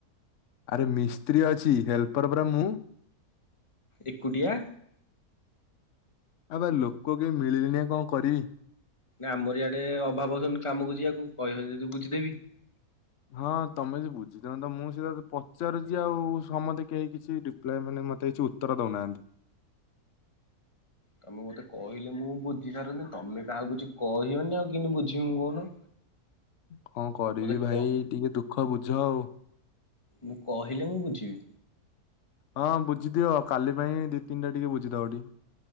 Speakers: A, on the left; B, on the left.
A: ଆରେ ମିସ୍ତ୍ରୀ ଅଛି ହେଲ୍ପର ପରା ମୁଁ।
B: ଏକୁଟିଆ।
A: ଆବେ ଲୋକ କେହି ମିଳିଲେନି ଆଉ କଣ କରିବି?
B: ନା ଆମର ଇଆଡେ ଅଭାବ ହଉଛନ୍ତି କାମକୁ ଯିବାକୁ କହିିଵ ଯଦି ବୁଝିଦେବି।
A: ହଁ ତମେ ଜି ବୁଝିଥାନ୍ତ ମୁଁ ସେଟା ପଚାରୁଛି ଆଉ ସମସ୍ତେ କେହି କିଛି ରିପ୍ଲାଏ ମାନେ ମତେ କିଛି ଉତ୍ତର ଦଉନାହାନ୍ତି।
B: ତମେ ମତେ କହିଲେ ମୁଁ ବୁଝି ସାରନ୍ତିି ତମେ କାହାକୁ କିଛି କହିବନି ଆଉ କେମିତି ବୁଝିବି ମୁଁ କହୁନ?
A: ହ <inaudible> କଣ କରିବି
B: ମତେ
A: ଭାଇ
B: କହ
A: ଟିକେ ଦୁଃଖ ବୁଝ ଆଉ।
B: ମୁଁ କହିଲେ ମୁଁ ବୁଝିବି।
A: ହଁ ବୁଝି ଦିଅ କାଲି ପାଇଁ ଦି ତିନିଟା ଟିକେ ବୁଝି ଦବଟି।